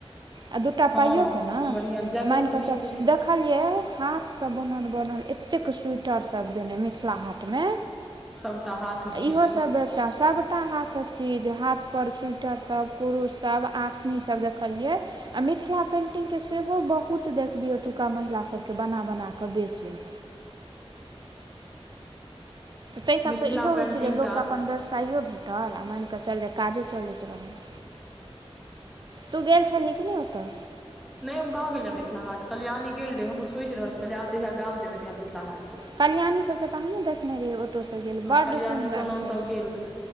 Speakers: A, on the right; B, in the centre.
A: आ दूटा
B: हँ
A: पाइयओ के ने आ
B: बढ़िआँ जगह
A: मान
B: तऽ
A: कऽ
B: नीक
A: चल
B: छै
A: देखलियै हाथ सब बनल बनल एतेक स्वेटर सब देने मिथिला हाट मे
B: सभटा हाथक चीज
A: इहो सब व्यवसा सभटा हाथ सभ चीज हाथ पर स्वेटर सब कुरुशसभ आसनी सब देखलियै आ मिथिला पेन्टिंग के बहुत देखलियौ ओतुका महिला सबके बना बनाकऽ बेचैत ताहि सभसँ
B: मिथिला
A: इहो
B: पेंटिंग
A: होइत छै जे लोक
B: तऽ
A: क
B: आब
A: अपन व्यवसायो भेटल आ मानि कऽ चल जे काजो चलैत रहल तू गेल छलही कि नहि ओतऽ
B: नहि हम कहाँ गेलियै मिथिला हाट कल्याणी गेल रहे हमहुं सोचि रहल छी कहलियै आब जहिआ गाम जेबै तहिया मिथिला हाट जेबै
A: कल्याणी सभके त हमहुं देखने रहियै ऑटोसँ गेल
B: हँ
A: बड्ड
B: कल्याणी
A: सुन्दर
B: सोनम
A: छै
B: सब गेल रहे